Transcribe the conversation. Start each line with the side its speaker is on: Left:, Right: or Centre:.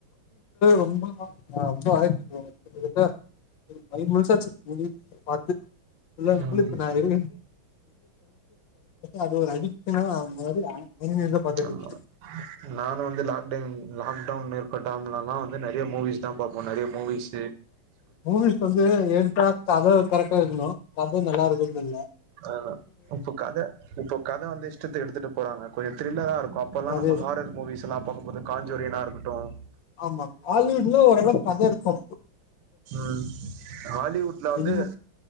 Left: ரொம்ப ரொம்ப <unintelligible> ஐ முழுசாச்சு பாத்து இல்ல
Right: ம்
Left: குளிச்ச நான் இரு அது ஒரு அடிகஷனாந்த மாரி ஆனிமேதா பாத்துட்ருக்கே
Right: ஆமா நான் வந்து லாக் லாக்டவுன் ஏற்பட்டலா வந்து நிறைய மூவிஸ் தா பாப்போ நிறைய மூவிஸ்
Left: மூவிஸ் வந்து எடுத்தா அத கரெக்டா இருக்கணு அது நல்லா இருக்குதுல்ல
Right: அ இப்ப கதை இப்ப கதை வந்து இஷ்டத்தை எடுத்துட்டு போறாங்க கொஞ்ச தி தில்லரா இருக்கு அப்பேல்லா
Left: அது
Right: நம்ம ஹாரர் மூவிஸ் எல்லாம் பாக்கும் போது கஞ்சோரின இருக்கட்டும்
Left: ஆமா ஆஹாலிவுட்ல ஓரளவு கதை இருக்கு
Right: ம் ஹாலிவுட்ல வந்து
Left: <unintelligible>